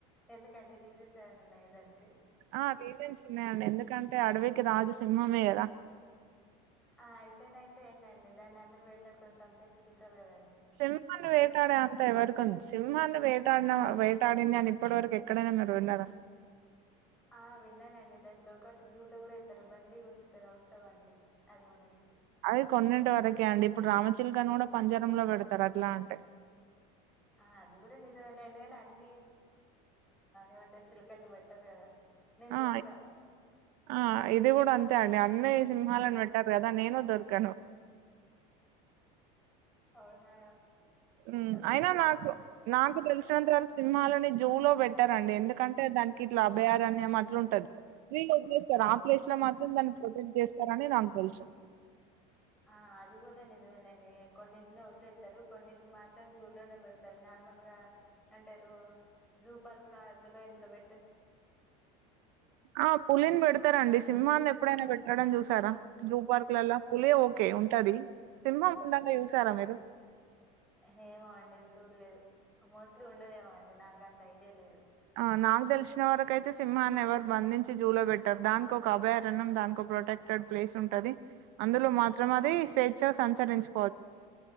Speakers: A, in the centre; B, on the right.
A: ఎందుకండి రీజన్స్ ఏమైన్న ఉన్నాయా దానికి
B: ఆహ్ రీజన్స్ ఉన్నాయండి ఎందుకంటే అడవికి రాజు సింహమే కదా
A: ఆహ్ అయితేనే అయితే ఏంటండి దాన్ని అందరు వేటాడుకొని సంపేసి తింటారు కదండి
B: సింహన్ని వేటాడే అంత ఎవరిక ఉంది సింహన్ని వేటాడిన వేటాడింది అని ఇప్పటి వరకు ఎక్కడైనా మీరు విన్నారా
A: ఆ విన్నానండి దాన్ని దొరకట్టి జూ లో కూడా వెస్తారు బందీ కొంచస్తారు అవసరమా అండి అది మనకి
B: అది కొన్నెంటి వరకి ఓకే అండి ఇప్పుడు రామచిల్కను కూడా పంజరం లో పెడతారు అట్లా అంటే
A: ఆ అది కూడా నిజమే అండి ఎందుకంటే అన్ని ఏమంటారు చిలకల్ని పెట్టారు కదా నెన్
B: ఆ
A: దొరక
B: ఆ ఇది కూడా అంతే అండి అన్నీ సింహాలను పెట్టారు కదా నేను దొరికాను
A: అవునా
B: ఉమ్
A: ఓకే
B: అయినా నాకు నాకు తెలిసినంత వరకు సినిమాలని జూలో పెట్టారండి ఎందుకంటే దానికి ఇట్లా అభయార అన్ని మా అట్లు ఉంటది ఫ్రీ ఒదిలేస్తారు ఆ ప్లేస్ లో మాత్రం దాన్ని ప్రొటెక్ట్ చేస్తారని నాకు తెలుసు
A: ఆహ్ అది కూడా నిజమేళ్ళండి కొన్నింటిని వదిలేస్తారు కొన్నింటిని మాత్రం జూలో నే పెడతారు నా మామూళ్ల అంటే రు జూ పార్క్ అందులో ఇందులో పె
B: ఆ పులిని పెడతారండి సింహాని ఎప్పుడైనా పెట్టడం చూస్త ారా జూ పార్క్ లలా ఫులే ఓకే ఉంటది సింహం ఉండూ <unintelligible> సారా మీరు
A: హేమో అండి సుడలేదు మోస్ట్లీ ఉండదేమో అండి నాకు అంత ఐడియా లేదు
B: అ నాకు తెలిసిన వరకయితే సింహాన్ని ఎవరు బంధించి జూలో పెట్టారు దానికి ఒక అభయారణ్యం దానికి ఒక ప్రొటెక్ట్ <unintelligible> ప్లేస్ ఉంటది అందులో మాత్రం అది స్వేచ్ఛగా సంచరించు